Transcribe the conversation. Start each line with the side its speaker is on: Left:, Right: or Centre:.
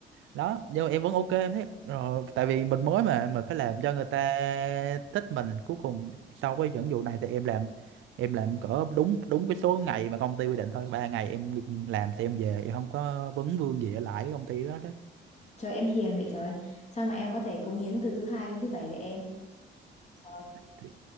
Right: đó nhưng mà em vẫn ok em thấy rồi tại vì mình mới mà mình phải làm cho người ta thích mình cuối cùng sau cái dẫn dụ này thì em làm em làm cỡ đúng đúng cái số ngày mà công ty quy định thôi ba ngày em ngừng làm thì em về em không có vấn vương gì ở lại cái công ty đó đó
Left: Trời em hiền vậy trời. Sao mà em có thể cống hiến từ thứ hai đến thứ bảy vậy em? Trời.
Right: thì,